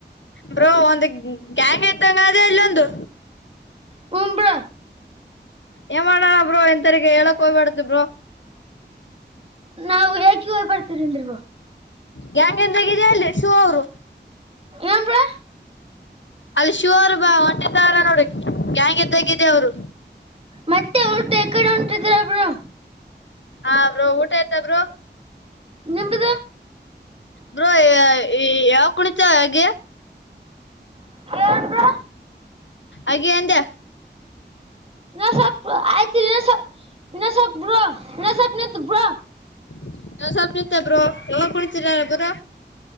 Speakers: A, on the left; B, on the right.
A: ಬ್ರೋ ಒಂದು ಗ್ಯಾಂಗ್ ಇದ್ದಂಗ ಅದೆ ಇಲ್ಲೊಂದು.
B: ಹು ಬ್ರೊ
A: ಏನ್ ಮಾಡಣ ಬ್ರೋ ಇಂತರಿಗೆ ಹೇಳಕ್ ಹೋಗ್ಬಡ್ದ ಬ್ರೋ.
B: ನಾವು ಏಕ ಹೋಗ್ ಬರ್ತೀವಿಂದ್.
A: ಗ್ಯಾಂಗ್ <unintelligible> ಅಲ್ಲಿ ಶೂ ಅವರು.
B: ಏನ್ ಬ್ರೋ
A: ಅಲ್ಲಿ ಶಿವರ್ ಬಾ ಹೊಂಟಿದ್ದಾರೆ ನೋಡಿ. ಗ್ಯಾಂಗ್ ಇದ್ದಂಗಿಗೆ ಅವ್ರು.
B: ಮತ್ತೆ ಅವರುಟ್ಟ ಯಕಡೆ ಒಂಟಿದ್ರ ಬ್ರೋ.
A: ಹಾ ಬ್ರೋ ಊಟ ಆಯ್ತ ಬ್ರೋ
B: ನಿಮ್ದು
A: ಬ್ರೋ ಯಾ ಯಾ ಯಾವ ಕುಣಿತಾವ ಗೆ.
B: ಏನ್ ಬ್ರೋ
A: ಅಗಿ ಎಂದೇ.
B: <unintelligible>
A: <unintelligible> ಸ್ವಲ್ಪ <unintelligible> ಬ್ರೊ ಕುಳತಿರ ಬ್ರೋ.